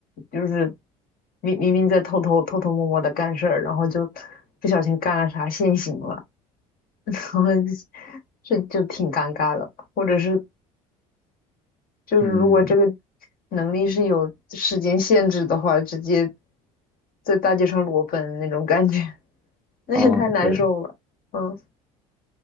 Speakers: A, on the left; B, in the centre.
A: 就是明明明在偷偷偷偷摸摸的干事儿，然后就不小心干了啥现行了，<laughs> 然后这就挺尴尬的。或者是就是如果这个
B: 嗯。
A: 能力是有时间限制的话，直接在大街上裸奔那种感觉，<laughs> 那也太难受了。
B: 嗯，对，
A: 嗯